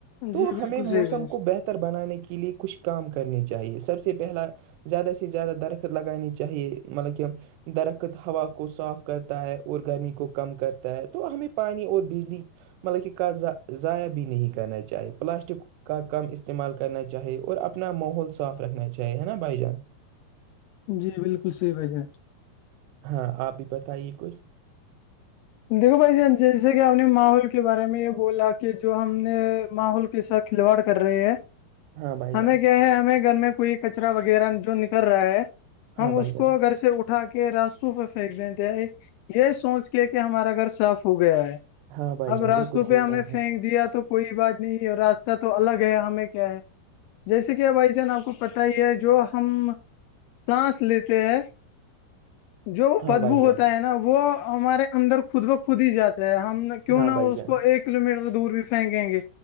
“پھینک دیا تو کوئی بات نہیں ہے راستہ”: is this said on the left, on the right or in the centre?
Left